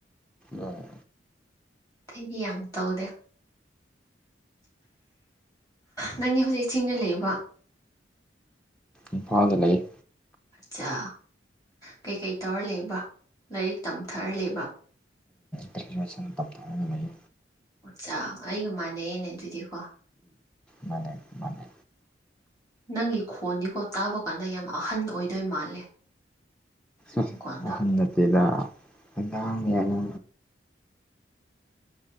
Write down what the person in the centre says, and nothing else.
ꯑꯣ
ꯏꯝꯐꯥꯜꯗ ꯂꯩ
ꯒ꯭ꯔꯦꯖꯨꯋꯦꯁꯟ ꯇꯝꯊꯔꯒ ꯂꯩ
ꯃꯅꯦ ꯃꯅꯦ
ꯑ
ꯑꯍꯝꯅ ꯇꯗ ꯀꯅꯥ ꯌꯥꯅ